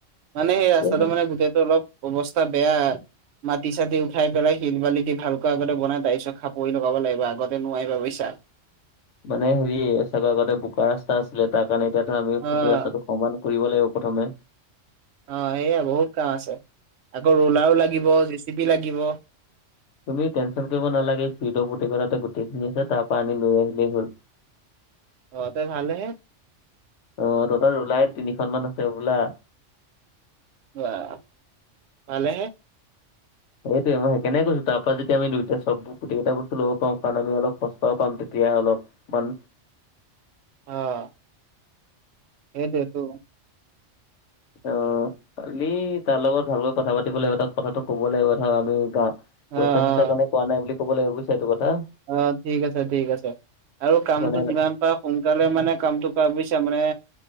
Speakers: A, on the right (about 65°); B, on the left (about 75°).
A: মানে সেই ৰাস্তাটো
B: ঠিকে আছে।
A: মানে গোটেইটো অলপ অৱস্থা বেয়া। মাটি চাটি উঠাই পেলাই, শিল বালি দি ভালকৈ আগতে বনাই তাৰ পিছত খাপৰি লগাব লাগিব আগতে নোৱাৰিবা বুজিছা।
B: মানে হেৰি চাগে আগতে বোকা ৰাস্তা আছিলে, তাৰ কাৰণে এতিয়া ধৰা আমি
A: অ',
B: কুটি ৰাস্তাটো, সমান কৰিব লাগিব প্ৰথমে।
A: অঁ সেয়াই বহুত কাম আছে। আকৌ ৰোলাৰো লাগিব, জে চি পি লাগিব।
B: তুমি টেনশ্যন কৰিব নালাগে, খিউত পুতেক তাতে গোটেইখিনি আছে তাৰ পৰা আনি লৈ আহিলেই হ'ল।
A: অঁ তে ভালে হে।
B: অঁ টটেল ৰোলাই তিনিখন মান আছে হবোলা।
A: অঁ ভালে হে-
B: সেইটোৱে, মই সেইকাৰণে কৈছো তাৰ পৰা যদি আমি দুইটা চবোৰ গোটেইটা বস্তু ল'ব পাৰো কাৰণ আমি অলপ সস্তাও পাম তেতিয়া অলপ। বন
A: অঁ, সেইটো তো
B: অঁ, কালি তাৰ লগত ভালকৈ কথা পাতিব লাগিব কথাটো কব লাগিব ধৰা আমি গা-
A: অ',
B: পইচা
A: অ',
B: চইচা কাৰণে কোৱা নাই বুলি ক'ব লাগিব বুজিছ এইটো কথা।
A: অ ঠিক আছে ঠিক আছে, আৰু কামটো
B: মানে
A: যিমান পাৰ- সোনকালে মানে কামটো কৰা বুজিছা, মানে